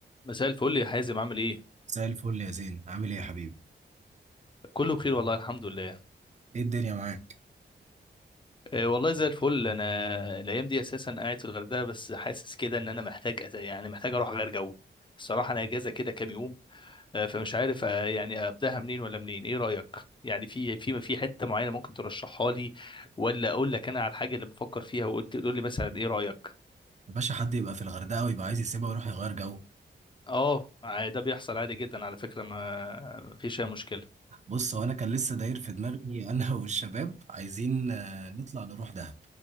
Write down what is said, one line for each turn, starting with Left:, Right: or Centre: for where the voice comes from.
Left: مساء الفل يا حازم عامل ايه؟
Right: زي الفل يا زين عامل ايه يا حبيبي
Left: كله بخير والله الحمد لله
Right: ايه الدنيا معاك
Left: آه، والله زي الفل انا الايام دي اساسا قاعد في الغردقه بس حاسس كده ان انا محتاج أز- يعني محتاج اروح اغير جو الصراحه انا اجازه كده كام يوم آه، فمش عارف آه، يعني ابداها منين ولا منين ايه رايك يعني في في في حته معينه ممكن ترشحها لي ولا اقول لك انا على الحاجه اللي بفكر فيها وقلت تقول لي مثلا ايه رايك
Right: يا باشا حد يبقى في الغردقه ويبقى عايز يسيبها ويروح يغير جو
Left: اه ع- ده بيحصل عادي جدا على فكره ما ما فيش اي مشكله
Right: بص هو انا كان لسه داير في دماغي انا <laughs> والشباب عايزين آه، نطلع نروح دهب